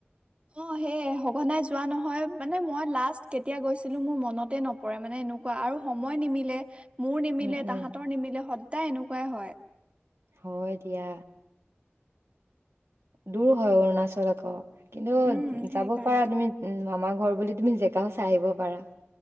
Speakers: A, on the right; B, on the right.
A: অ', সেয়ে সঘনাই যোৱা নহয়, মানে মই লাষ্ট কেতিয়া গৈছিলো। মোৰ মনতে নপৰে, মানে এনেকুৱা আৰু সময় নিমিলে। মোৰ নিমিলে,
B: উম, উম,
A: তাহতৰ নিমিলে সদায় এনেকুৱাই হয়।
B: হয় দিয়া। দূৰ হয় অৰুণাচল আকৌ কিন্তু
A: উম সেইকাৰণে
B: যাব পাৰা তুমি মামাক ঘৰ বুলি তুমি জেগাও চাই আহিব পাৰা